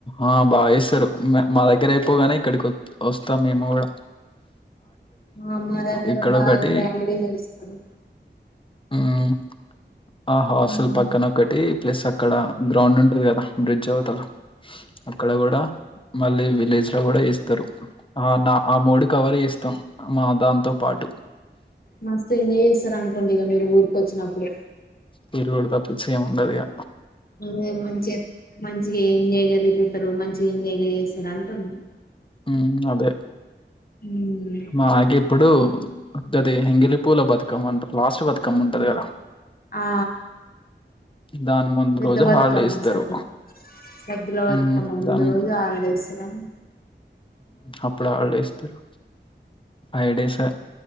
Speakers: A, on the left (about 25°); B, on the left (about 50°).
A: ఆ.. బా చేస్తారు మా దగ్గర అయిపోగానే ఇక్కడికి వత్ వస్తాం మేము కూడా
B: ఆ మా దగ్గర
A: ఇక్కడొకటి
B: బాగా గ్రాండ్ చేస్తారు
A: ఉమ్ ఆ హాస్టల్
B: ఉమ్.
A: పక్కన ఒకటి ప్లస్ అక్కడ గ్రౌండ్ ఉంటది కదా బ్రిడ్జ్ అవతల అక్కడ కూడా మళ్ళీ విలేజ్ ఇట్ల కూడా చేస్తారు ఆ న ఆ మూడు కవర్ చేస్తాం మా దాంతో పాటు
B: మస్తు ఎంజాయ్ చేస్తారనుకుంట ఇగ మీరు ఊరిక వచ్చినప్పుడు
A: తిరుగుడు తప్పించి ఏం ఉండదిగా
B: అదే మంచిగా మంచిగా ఏం చెయ్యలేదు ఈళ్ళు అందరు మంచి ఎంజాయ్ చేస్తారు అంటుండ్రు
A: ఉమ్ అదే
B: ఉమ్
A: మాకిప్పుడు దది ఎంగిలి పూల బతుకమ్మ అంట లాస్ట్ బతుకమ్మ ఉంటది కదా
B: ఆ
A: దాని ముందు
B: పెద్ద
A: రోజు
B: బతుకమ్మ
A: హాలిడే ఇస్తారు
B: సద్దు సద్దుల బతుకమ్మ
A: మ్మ్
B: ముందు
A: దాని
B: రోజు హాల్డే ఇస్తారు అ
A: అప్పుడు హాల్డే ఇస్తరు ఫైవ్ డేస్ అ